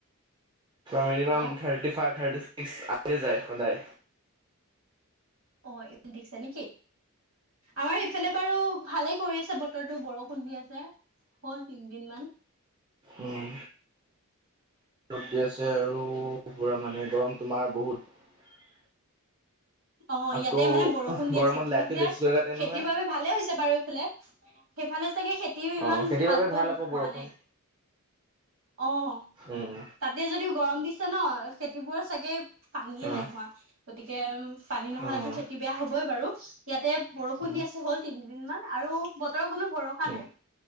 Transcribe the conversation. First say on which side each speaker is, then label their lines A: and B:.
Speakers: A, on the right (about 20°); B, on the right (about 65°).
A: মিনিমাম
B: অ
A: থাৰ্টি ফাইভ, থাৰ্টি ছিক্স আহিয়ে যায় সদায়।
B: অ', <unintelligible> দিছে নেকি? আমাৰ ইফালে বাৰু ভালে কৰি আছে বতৰটো বৰষুণ দি আছে। হ'ল তিনদিন মান।
A: উম, ৰ'দ দি আছে আৰু পুৰা মানে গৰম তোমাৰ বহুত।
B: অ',
A: আকৌ
B: ইয়াতে মানে বৰষুণ দি
A: গৰমত
B: আছে। কি
A: লাইটটো
B: হৈছে
A: বেছিকৈ কাটে
B: খেতিৰ
A: নহয়।
B: বাবে ভালে হৈছে বাৰু এইফালে। সেইফালে চাগে, খেতিও ইমান
A: অ' খেতিৰ
B: ভালকৈ
A: বাবে ভাল
B: হোৱা
A: আকৌ বৰষুণ।
B: নাই। অ',
A: উম,
B: তাতে যদিও গৰম দিছে ন খেতিবোৰ চাগে পানীয়ে
A: অ',
B: নাই হোৱা। গতিকে উম পানী নহ'লেতো
A: অ',
B: খেতি বেয়া হ'বই বাৰু ইয়াতে বৰষুণ
A: উম,
B: দি আছে হ'ল তিনিদিন মান আৰু বতৰৰ কোনো ভৰসা
A: উম।
B: নাই